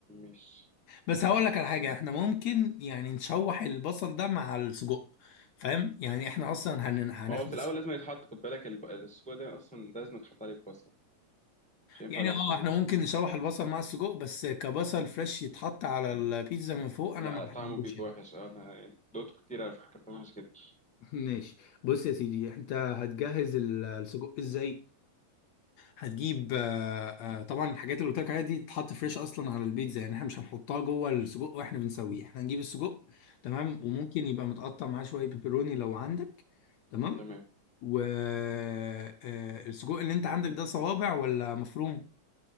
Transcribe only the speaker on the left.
بس هقول لك على حاجه
احنا ممكن يعني نشوح البصل ده مع السجق فاهم يعني احنا اصلا هن... هناخد
السجق
يعني
اه
احنا ممكن نشوح البصل مع السجق بس كبصل فريش يتحط على البيتزا من فوق انا
ما
بحبوش
يعني
<laughs> ماشي بص يا سيدي انت هتجهز ال- السجق ازاي هتجيب آه، آه، طبعا الحاجات اللي قلت لك عليها دي تتحط فريش اصلا على البيتزا يعني احنا مش هنحطها جوه السجق واحنا بنسويه احنا هنجيب السجق تمام وممكن يبقى متقطع معاه شويه بيبروني لو عندك تمام
والسجق اللي انت عندك ده صوابع ولا مفروم